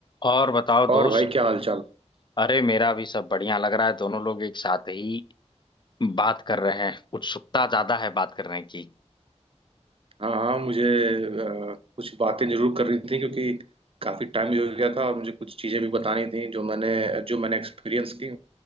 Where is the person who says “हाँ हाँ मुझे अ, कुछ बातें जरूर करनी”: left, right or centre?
Right